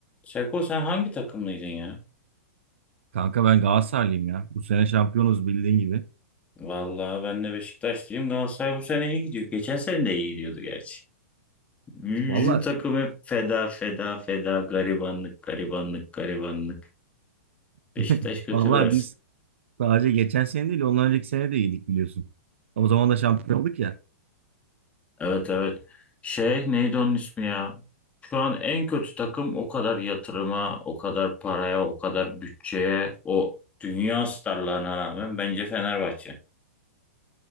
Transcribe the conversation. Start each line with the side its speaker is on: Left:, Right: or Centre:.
Left: Seko sen hangi takımlıydın ya?
Right: Kanka ben Galatasaraylıyım ya. Bu sene şampiyonuz bildiğin gibi.
Left: Vallahi ben de Beşiktaşlıyım. Galatasaray bu sene iyi gidiyor. Geçen sene de iyi gidiyordu gerçi. Bizim
Right: Valla
Left: takım hep feda feda feda garibanlık garibanlık garibanlık. Beşiktaş
Right: <laughs>
Left: kötü
Right: vallahi
Left: biraz.
Right: biz sadece geçen sene değil ondan önceki sene de iyiydik biliyorsun. O zaman da şampiyon olduk ya.
Left: Evet evet. Şey neydi onun ismi ya? Şu an en kötü takım o kadar yatırıma, o kadar paraya, o kadar bütçeye, o dünya starlarına rağmen bence Fenerbahçe.